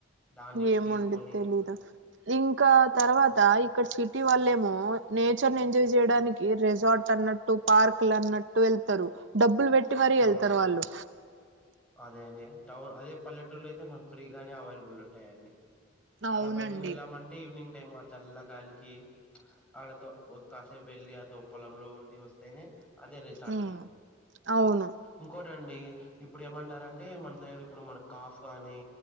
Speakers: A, in the centre; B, on the right.
A: దాన్ని
B: ఏమో
A: తీసుకొని
B: అండి తెలీదు ఇంకా తర్వాత
A: ఆ
B: ఇక్కడ సిట్ టీ వాళ్ళేమో నేచర్ ని ఎంజాయ్ చేయడానికి రిసార్ట్ అన్నట్టు పార్క్లు అన్నట్టు వెళ్ ళ్తరు డబ్బులు పెట్టి మరీ
A: అవును
B: ఏళ్తారు వాళ్ళు
A: అదే అండి టౌన్ అదే పల్లెటూరులో అయితే మనకి ఫ్రీగానే అవైలబుల్ ఉంటాయి అన్నీ
B: అవునండి
A: అలా బయటకి వెళ్ళామంటే ఈవినింగ్ టైమ్ ఆ చల్ల గాలికి అల్లతో కాసేపు వెళ్ళలి ఆ తొప్పలంలో ఉండి వస్తేనే అదే రిసార్ట్
B: ఉమ్
A: ఫీల్
B: అవును
A: ఇంకో టండి ఇప్పుడు ఏమంటారంటే మన సైడ్ ఇప్పుడు మన కాఫ్ గాని